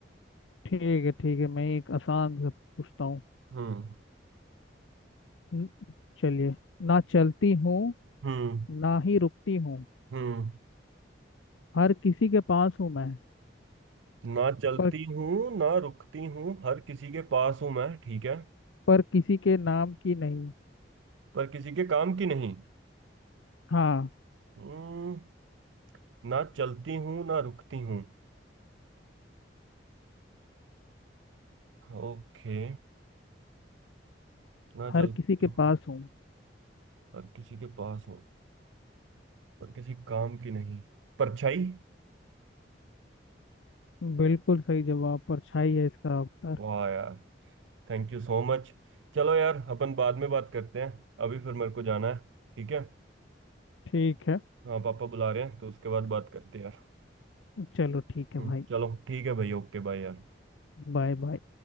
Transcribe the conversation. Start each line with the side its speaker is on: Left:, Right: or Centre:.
Left: ठीक है ठीक है मैं एक आसान सा पूछता हूँ
Right: हम्म
Left: न- चलिए ना चलती हूँ
Right: हम्म
Left: ना ही रुकती हूँ
Right: हम्म
Left: हर किसी के पास हूँ मैं
Right: ना चलती
Left: पर
Right: हूँ ना रुकती हूँ हर किसी के पास हूँ मैं ठीक है
Left: पर किसी के नाम की नहीं
Right: पर किसी के काम की नहीं
Left: हाँ
Right: हम्म ना चलती हूँ ना रुकती हूँ ओके ना चलती
Left: हर किसी के
Right: हूँ
Left: पास हूँ
Right: हर किसी के पास हूँ पर किसी काम की नहीं परछाई
Left: बिल्कुल सही जवाब परछाई है इसका उत्तर
Right: वाह यार थैंक यू सो मच चलो यार अपन बाद में बात करते हैं अभी फिर मेरे को जाना है ठीक है
Left: ठीक है
Right: हाँ पापा बुला रहे हैं तो उसके बाद बात करते हैं यार
Left: चलो ठीक है
Right: हम्म
Left: भाई
Right: चलो ठीक है भाई ओके बाय यार
Left: Bye bye